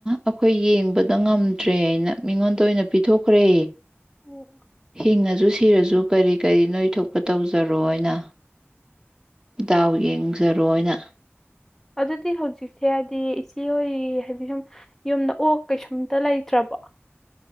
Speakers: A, on the right; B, in the centre.
A: ꯑꯩꯈꯣꯏ ꯌꯦꯡꯕꯗ ꯉꯝꯗ꯭ꯔꯦꯅ ꯃꯤꯉꯣꯟꯗ ꯑꯣꯏꯅ ꯄꯤꯊꯣꯛꯈ꯭ꯔꯦ
B: ꯑꯣ ꯑꯣ
A: ꯍꯤꯡꯉꯁꯨ ꯁꯤꯔꯁꯨ ꯀꯔꯤ ꯀꯔꯤ ꯅꯣꯏ ꯊꯣꯛꯣꯛꯄ ꯇꯧꯖꯔꯣꯅ ꯗꯥꯎ ꯌꯦꯡꯖꯔꯣꯅ
B: ꯑꯗꯨꯗꯤ ꯍꯧꯖꯤꯛꯁꯦ ꯍꯥꯏꯗꯤ ꯏꯆꯦꯍꯣꯏ ꯍꯥꯏꯗꯤ ꯁꯨꯝ ꯌꯨꯝꯗ ꯑꯣꯛ ꯀꯩꯁꯨꯝꯇ ꯂꯩꯇ꯭ꯔꯕꯣ